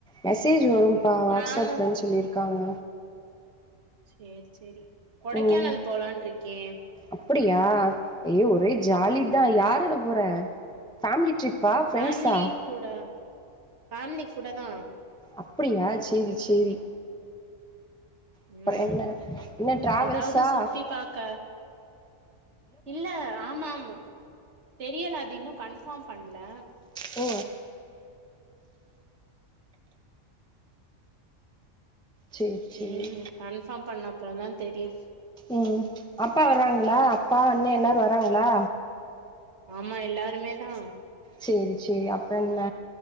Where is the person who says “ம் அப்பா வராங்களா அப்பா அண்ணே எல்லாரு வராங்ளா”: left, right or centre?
Centre